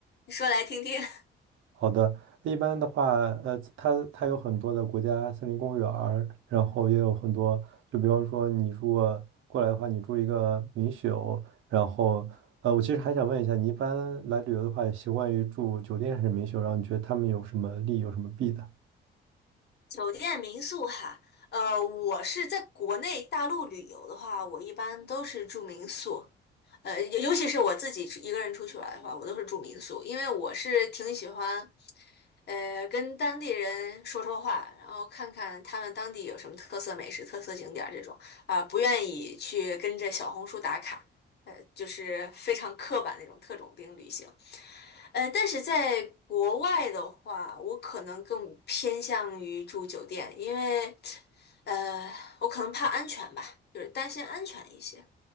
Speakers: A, on the left (about 55°); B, on the right (about 80°).
A: 你说来听听。<laughs>
B: 好的，一般的话，呃，它它有很多的国家森林公园儿然后也有很多，就比方说你如果过来的话，你住一个民宿，然后，呃，我其实还想问一下，你一般来旅游的话，习惯于住酒店还是民宿？然后你觉得他们有什么利，有什么弊的？
A: 酒店民宿哈，呃，我是在国内大陆旅游的话，我一般都是住民宿，呃，尤尤其是我自己出一个人出去玩的话，我都是住民宿，因为我是挺喜欢，呃，跟当地人说说话，然后看看他们当地有什么特色美食、特色景点儿这种，啊、不愿意去跟着小红书打卡，呃，就是非常刻板那种特种兵旅行。呃，但是在国外的话，我可能更偏向于住酒店，因为，呃，我可能怕安全吧，就是担心安全一些。